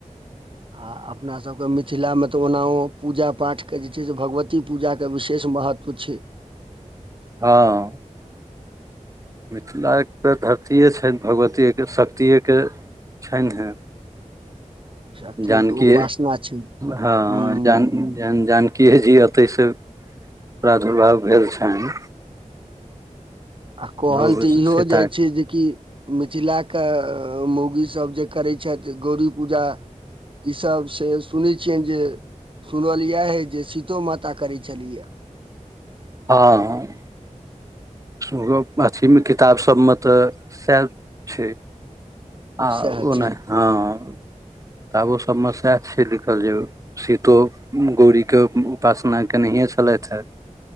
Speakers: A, on the right (about 40°); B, on the right (about 25°).
A: आ अपना सभके मिथिलामे तऽ ओनाहो पूजा पाठके जे छै से भगवती पूजाके विशेष महत्व छै पुछहि
B: हँ मिथिला एक तऽ धरतीए छनि भगवतिये के, शक्तियए के छनि हे!
A: शक्तिएके
B: जानकी,
A: उपासना छै
B: हँ
A: हुँ
B: जानकी जेहन जानकीए जी एतहिसॅं प्रादुर्भाव भेल छनि
A: आ कहल
B: भगव
A: तऽ इहो
B: सीता
A: जाइ
B: के।
A: छै जे कि मिथिलाके मौउगी सभ जे करैत छथि गौरी पूजा ई सब से सुनै छियनि जे सुनल इएह एहि जे सीतो माता करै छलिहे
B: हँ, हँ <unintelligible> गप्प अथीमे, किताब सबमे तऽ सएह छै आ
A: सएह
B: ओ
A: छै
B: नहि, हँ किताबो सभमे सएह छै लिखल जे सीतो गौरीके उपासना केनहिए छलथि हेँ